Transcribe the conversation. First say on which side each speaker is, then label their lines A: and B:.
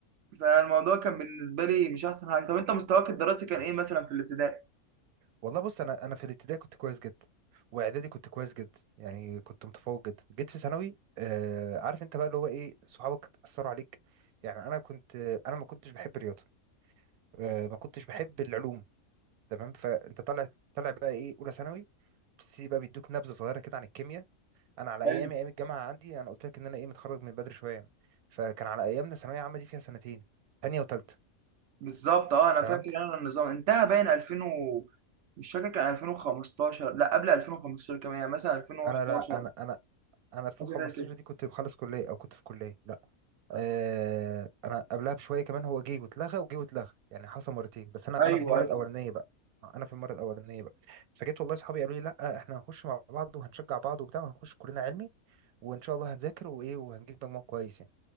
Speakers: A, on the right; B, on the right.
A: <laughs> فالموضوع كان بالنسبه لي مش احسن حاجه طب انت مستواك الدراسي كان ايه مثلا في الابتدائي
B: والله بص انا انا في الابتدائي كنت كويس جدا واعدادي كنت كويس جدا يعني كنت متفوق جدا جيت في ثانوي آه عارف انت بقى اللي هو ايه صحابك اثروا عليك يعني انا كنت انا ما كنتش بحب الرياضه آه ما كنتش بحب العلوم تمام فانت طالع طالع بقى ايه اولى ثانوي بتبتدي بقى بيدوك نبذه صغيره كده عن الكيمياء انا على
A: حلو
B: ايامي ايام الجامعه عندي انا قلت لك ان انا ايه متخرج من بدري شويه فكان على ايامنا ثانويه عامه دي فيها سنتين تانية وتالتة
A: بالظبط اه انا
B: تمام
A: فاكر انا النظام انتهى باين 2000 و... مش فاكر كان 2015 لا قبل 2015 كمان يعني مثلا 2011
B: انا لا انا انا انا 2015
A: حاجه زي كده
B: دي كنت بخلص كليه او كنت في كليه لا آه انا قبلها بشويه كمان هو جه واتلغى وجه واتلغى يعني حصل مرتين بس انا
A: ايوه
B: انا في المره الاولانيه بقى آه، انا في المره الاولانيه بقى فجيت والله صحابي قالوا لي لا احنا هنخش مع بعض وهنشجع بعض وبتاع وهنخش كلنا علمي وان شاء الله هنذاكر وايه وهنجيب مجموع كويس يعني